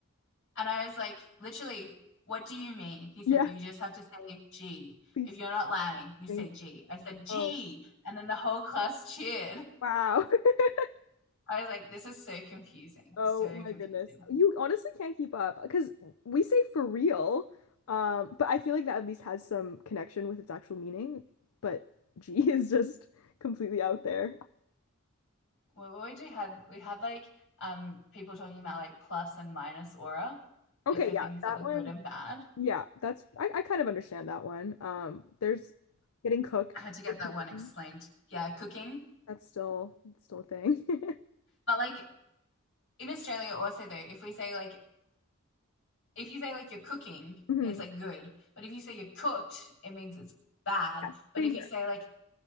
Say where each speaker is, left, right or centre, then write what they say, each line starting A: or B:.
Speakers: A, on the left; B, on the left.
A: and I was like, literally. What do you mean? He said,
B: Yeah,
A: You just have to say G.
B: please
A: If you're not lying, you
B: explain.
A: say G. I said, G.
B: Oh,
A: And then the whole class cheered.
B: wow. <laughs>
A: I was like, this is so confusing,
B: Oh
A: so confusing.
B: my goodness. You honestly can't keep up because we say for real, um, but I feel like that at least has some connection with its actual meaning. But G <laughs> is just completely out there.
A: What what we do had we had like um people talking about like plus and minus aura,
B: Okay,
A: like for
B: yeah,
A: things
B: that
A: that were
B: one.
A: good and bad.
B: Yeah, that's I, I kind of understand that one. Um, there's getting cooked
A: I had to get
B: or cooking.
A: that one explained. Yeah, cooking.
B: That's still that's still a thing. <laughs>
A: But like in Australia also though, if we say like if you say like you're cooking,
B: Mhm.
A: it's like good. But if you say you're cooked, it means it's bad.
B: Yes,
A: But
B: same
A: if you
B: here.
A: say like